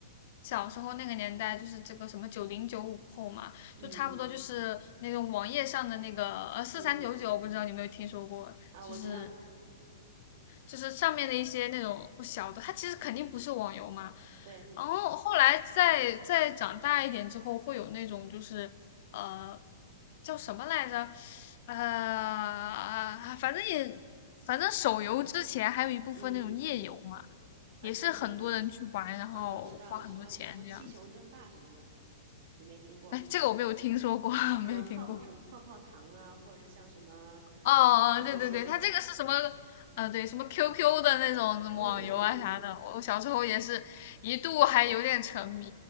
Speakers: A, on the left; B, on the right.
A: 小时候那个年代，就是这个什么九零九五后嘛，
B: 嗯
A: 就差不多就是那种网页上的那个呃四三九九，
B: 嗯
A: 四三九九不知道你有没有听说过？
B: 啊，
A: 就是
B: 我知道，
A: 就是上面的一些那种小的，它其实肯定不是网游嘛。
B: 对，
A: 然后后来再再长大一点之后，会有那种就是呃叫什么来着？呃，反正也反正手游之前还有一部分那种页游嘛，
B: 嗯啊对什么
A: 也是很多人去玩，然后花很多钱这样子。
B: 啊我知道什么什么七雄争霸什么的，有没有听过？
A: 哎，这个我没有听说过，<laughs>
B: 还什么泡什么泡泡糖啊，
A: 没有听过。
B: 或者是像什么
A: 哦哦，
B: 呃这些的，
A: 对对对，它这个是什么？呃，对，什么 QQ 的那种什么网游啊啥的，
B: 嗯嗯嗯，
A: 我小时候也是一度还有点沉迷，